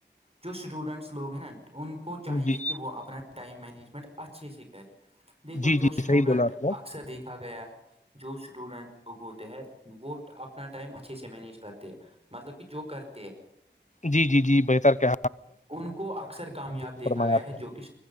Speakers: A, on the right (about 30°); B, on the left (about 40°).
A: جو اسٹوڈنٹس لوگ ہیں نا ان کو چاہیے
B: جی
A: کہ وہ اپنا ٹائم مینجمنٹ اچھے سے کرے دیکھو
B: جی
A: جو
B: جی
A: اسٹوڈنٹ
B: صحیح بولا آپ نے
A: اکثر دیکھا گیا ہے جو اسٹوڈنٹ لوگ ہوتے ہیں وہ اپنا ٹائم اچھے سے مینیج کرتے ہیں مطلب کہ جو کرتے
B: جی جی جی بہتر کہ
A: ان کو اکثر کامیاب دیکھا
B: فرمایا
A: گیا
B: آپ
A: ہے
B: نے
A: جو کہ